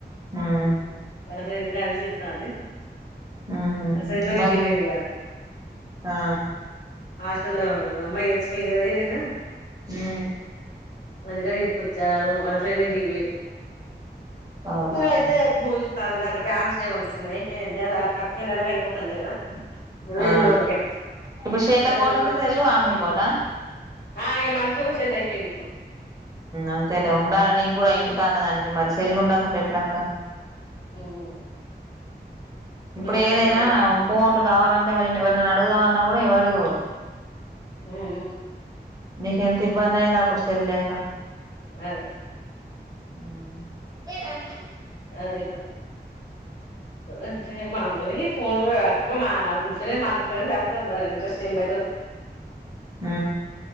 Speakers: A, on the right (about 20°); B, on the left (about 75°).
A: ఉమ్
B: వాళ్ల ఫందు గని చెతనే
A: ఉహు
B: అసో ఇంటి
A: మరి
B: పోయింది
A: ఆ
B: హాస్టల్ల్లో అమ్మాయి చచ్చిపోయింది కదాద నిన్న
A: ఉమ్
B: అందుకని ఇంటికి వచ్చ ఫ్రీన్డు ఇంటికి పోయిండి
A: అవునా
B: ఇంగ అయితే భోలే అది దాంట్ బ్యాన్స్లు ఏ వొంతున్నాయి నే నెల కరెక్ట్గా నెల అయిపోతన్నాయి కదా ఇరవై
A: ఆ
B: ఎనిమిది రోజులకేనా
A: ఇప్పుడు శేఖర్
B: ఇరవై ఎనిమిది
A: కో టి
B: రోజులకు
A: ఉంది సెల్లు ఆమూల్ కోట
B: ఆ ఇగ మన్సికో సెల్ వేంది ఇప్
A: అంతేలే ఉండాలా నీగ్గూడా ఇంటికాన్న దానికి మరి సెల్లు ఉండకుంటే ఎట్లక్క
B: మ్మ్
A: ఇప్పుడు
B: మనిషికి
A: ఏదైనా
B: ఒక సెల్
A: పోన్లు కావాలంటే మరి ఎవర్నైనా అడుగుదామన్నా కూడా ఎవరు
B: హ్మ్
A: నీక ఎంత ఇబ్బందయింది అప్పుడు సెల్లేక
B: అదే
A: హ్మ్
B: అదే అంటే మామలుగా ఫోన్కపో ఉంటేనే మాట్లాడుతా గాని లేకపోతే అంత ఇంట్రెస్ట్ ఏం పెట్టను
A: ఆ